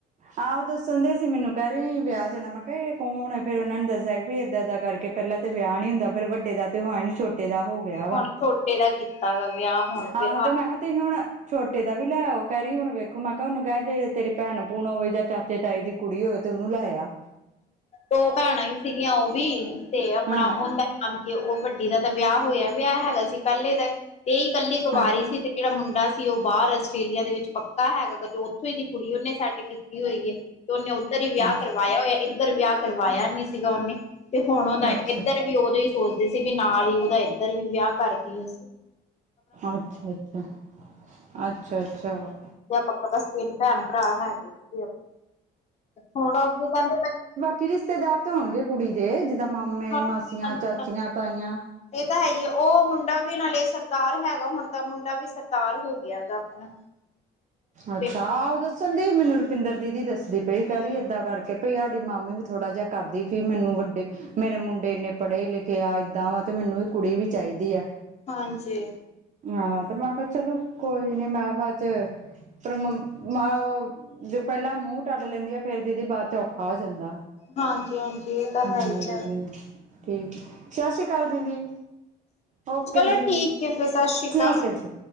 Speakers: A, on the right; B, on the left.
A: ਆਹੋ ਦੱਸਣ ਡਈ ਸੀ ਮੈਨੂੰ ਕਹਿ ਰਹੀ ਵਿਆਹ ਜਾਣਾ ਮ ਨਹੀਂ ਕੌਣ ਫੇਰ ਉਹਨਾ ਨੂੰ ਦੱਸਿਆ ਵੀ ਇਦਾਂ ਏਦਾਂ ਕਰਕੇ ਪਹਿਲਾਂ ਤੇ ਵਿਆਹ ਨੀ ਹੁੰਦਾ ਫਿਰ ਵੱਡੇ ਦਾ ਤੇ ਹੋਇਆ ਨੀ ਛੋਟਾ ਛੋਟੇ ਦਾ ਹੋ ਗਿਆ ਵਾ।
B: ਹੁਣ ਛੋਟੇ ਦਾ ਕੀਤਾ ਗ ਵਿਆਹ ਹੁਣ
A: ਆਹੋ
B: ਫਿਰ
A: ਤੇ ਮੈਂ ਕਿਹਾ ਤੁਸੀਂ ਹੁਣ ਛੋਟੇ ਦਾ ਵੀ ਲੈ ਆਉ ਕਹਿ ਰਹੀ ਹੁਣ ਵੇਖੋ ਮੈਂ ਕਿਹਾ ਉਹਨੂੰ ਕਹਿ ਦੇ ਤੇਰੀ ਭੈਣ ਭੂਣ ਹੋਵੇ ਜਾਂ ਚਾਚੇ ਤਾਏ ਦੀ ਕੁੜੀ ਹੋਵੇ ਤੇ ਉਹਨੂੰ ਲੈ ਆ।
B: ਦੋ ਭੈਣਾਂ ਹੀ ਸੀਗੀਆਂ ਉਹ ਵੀ ਤੇ ਆਪਣਾ
A: ਹਾਂ
B: ਉਹਦਾ ਨਾਮ ਕਿ ਉਹ ਵੱਡੀ ਦਾ ਤਾਂ ਵਿਆਹ ਹੋਇਆ ਪਿਆ ਹੈਗਾ ਸੀ ਪਹਿਲੇ ਤਾਂ ਤੇ ਹੀ ਇਕੱਲੀ ਕਵਾਰੀ
A: ਹਾਂ
B: ਸੀ ਤੇ ਜਿਹੜਾ ਮੁੰਡਾ ਕਿ ਉਹ ਬਾਹਰ ਆਸਟ੍ਰੇਲੀਆ ਦੇ ਵਿੱਚ ਪੱਕਾ ਹੈਗਾ ਕਦੇ ਉੱਥੋਂ ਹੀ ਦੀ ਕੁੜੀ ਉਹਨੇ ਸੈੱਟ ਕੀਤੀ ਹੋਈ ਹੈ। ਉਹਨੇ ਉੱਧਰ ਹੀ ਵਿਆਹ
A: ਅੱਛਾ
B: ਕਰਵਾਇਆ ਹੋਇਆ ਇੱਧਰ ਵਿਆਹ ਕਰਵਾਇਆ ਨਹੀਂ ਸੀਗਾ ਉਹਨੇ। ਤੇ ਹੁਣ ਉਹਦਾ
A: ਅੱਛਾ
B: ਇੱਧਰ ਵੀ ਉਦੋਂ ਹੀ ਸੋਚਦੇ ਸੀ ਵੀ ਨਾਲ ਹੀ ਓਦਾ ਇੱਧਰ ਵੀ ਵਿਆਹ ਕਰਕੇ।
A: ਅੱਛਾ, ਅੱਛਾ, ਅੱਛਾ, ਅੱਛਾ।
B: ਤੇ ਪੱਕਾ ਬਸ ਤਿੰਨ ਭੈਣ ਭਰਾ ਹੈਗੇ ਸੀਗੇ ਹੁਣ ਅਗੇ ਕਹਿੰਦੇ।
A: ਕੀ ਰਿਸ਼ਤੇਦਾਰ ਤੇ ਹੋਣਗੇ ਕੁੜੀ ਦੇ ਜਿੱਦਾਂ ਮਾਮੇ
B: ਹਾਂਜੀ
A: ਮਾਸੀਆਂ ਚਾਚੀਆਂ
B: ਹਾਂਜੀ
A: ਤਾਈਆਂ।
B: ਇਹ ਤਾਂ ਹੈ ਹੀ ਹੈ ਉਹ ਮੁੰਡਾ ਵੀ ਨਾਲੇ ਸਰਦਾਰ ਹੈਗਾ ਹੁਣ ਤਾਂ ਮੁੰਡਾ ਵੀ ਸਰਦਾਰ ਹੋ ਗਿਆ ਹੈਗਾ ਆਪਣਾ
A: ਅੱਛਾ
B: ਤੇ
A: ਆਹੋ ਦੱਸਣ ਦੀ ਮੈਨੂੰ ਰੁਪਿੰਦਰ ਦੀਦੀ ਦੱਸਦੀ ਪਈ
B: ਹਮ
A: ਕਹਿ ਰਹੀ ਏਦਾਂ ਕਰਕੇ। ਸਾਡੀ ਮਾਮੀ ਵੀ ਥੋੜਾ ਜਿਹਾ ਕਰਦੀ ਸੀ ਮੈਨੂੰ ਵੱਡੇ ਮੇਰੇ ਮੁੰਡੇ ਨੇ। ਪੜ੍ਹੇ ਲਿਖੇ ਆ ਏਦਾਂ ਵਾ ਤੇ ਮੈਨੂੰ ਵੀ ਕੁੜੀ ਵੀ ਚਾਹੀਦੀ ਆ।
B: ਹਾਂਜੀ।
A: ਹਾਂ ਤੇ ਮੈਂ ਕਿਹਾ ਚਲੋ ਕੋਈ ਨੀ ਮੈਂ ਕਿਹਾ ਅੱਜ। ਫ ਉਹ ਪਹਿਲਾਂ ਮੂੰਹ ਟੱਟ ਲੈਂਦੀ ਆ ਫੇਰ ਦੀਦੀ ਬਾਅਦ ਚ ਔਖਾ ਹੋ ਜਾਂਦਾ।
B: ਹਾਂਜੀ, ਹਾਂਜੀ ਇਹ ਤਾਂ ਹੈ
A: ਹਾਂਜੀ ਦੀਦੀ
B: ਹੀ ਹੈ।
A: ਠੀਕ ਹੈ, ਸਤਿ ਸ੍ਰੀ ਅਕਾਲ ਦੀਦੀ। ਓਕੇ
B: ਚਲੋ
A: ਜੀ
B: ਠੀਕ ਆ ਫਿਰ ਸਤਿ ਸ਼੍ਰੀ ਅਕਾਲ।
A: ਠੀਕ ਹੈ ਜੀ